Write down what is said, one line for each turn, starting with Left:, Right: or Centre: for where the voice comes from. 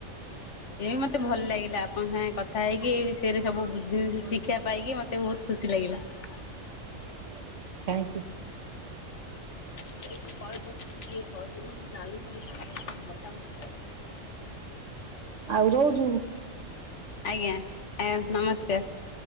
Left: ଏବେ ମତେ ଭଲ ଲାଗିଲା । ଆପଣଙ୍କ ସାଙ୍ଗେ କଥା ହେଇକି ସେୟେରେ ସବୁ ବୁ ଶିକ୍ଷା ପାଇକି ମତେ ବହୁତ ଖୁସି ଲାଗିଲା ।
Right: ହଉ ଥ୍ୟାଙ୍କ୍ୟୁ
Left: <unintelligible>
Right: ଆଉ ରହୁଚୁ।
Left: ଆଜ୍ଞା ଆଜ୍ଞା ନମସ୍କାର ।